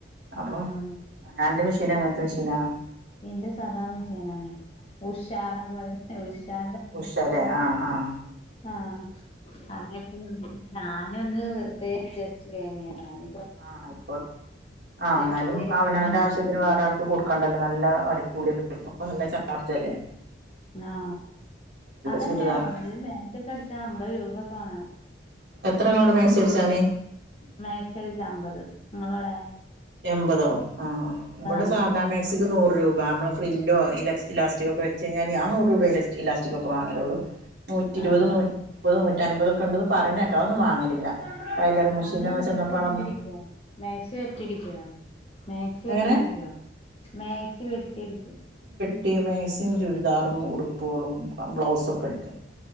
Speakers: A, on the right (about 60°); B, on the left (about 30°).
A: അപ്പോ
B: ആ അതന്നെ.
A: അന്റെ മിഷീനിയെങ്ങനത്തെ മിഷീനാ?
B: ഇന്റെ സാധാണ മഷയനാണ് ഉഷാന്നൊക്കെ പറയ്ന്നേ ഉഷാ
A: ഉഷല്ലേ ആഹ് ആഹ
B: ആഹ അതക്കെ ഞാനൊന്ന് വെറുതെ ജസ്റ്റ് വേങ്ങിയതാണ്
A: ആഹ് ആയിക്കോട്ടെ ആ എന്നാലും
B: എപ്പളും അയിന്
A: അവനവന്റെ
B: കേടാണ്
A: ആവശ്യത്തിന്
B: സംഭവം.
A: വേറ തു കൊടുക്കാണ്ടല്ല നല്ല അടിക്കൂലിയൊക്കെ <unintelligible> നല്ല ചാർജ് അല്ലേ
B: ആ അതന്നെ
A: ചുരിദാറിന്
B: ഒരു മേക്സിക്കെ അടിച്ച അമ്പത് രൂപ ഒക്കെ വേണ
A: എത്ര ഇങ്ങളോടെ മാക്സി അടിച്ചന്
B: മേക്സി അടിച്ച അമ്പത് നിങ്ങളോടെ
A: എൺപതോ ആ ഇവിടെ
B: അമ്പത്
A: സാദാ മക്സി നത് നൂറ് രൂപ നമ്മള് ഫ്രില്ലോ ഇലക്സ് ഇലാസ്റ്റിക്ക്കെച്ച് കയിഞ്ഞാല് ഞ നൂറ് രൂപ ഇല ഇലാസ്റ്റിക്കൊക്കെ വാങ്ങലുള്ളു നൂറ്റി
B: ആ
A: ഇരുപത്
B: ആ
A: നൂറ്റി മുപ്പത് നൂറ്റി അൻപതൊക്കെണ്ട്ന്ന് പറയിണേക്കാ അ ഒന്നും വാങ്ങലില്ല ടൈലറിങ് മെഷീന്റെ
B: ആ ഇങ്ങള്
A: <unintelligible>
B: മാക്സി
A: ചെന്നപ്പ
B: അടിച്ചടിക്കോ
A: അവ്ട്ന്ന്
B: മാക്സി വെട്ട്യടിക്യോ മാക്സി വെട്ട്യടിക്യോ
A: എങ്ങനെ
B: മാക്സി വെട്ട്യടിക്യോ
A: കുട്ടി മാക്സിം ചുരിദാറും ഉടുപ്പുകളും ബ്ലൗസൊക്കെ അടുിക്കും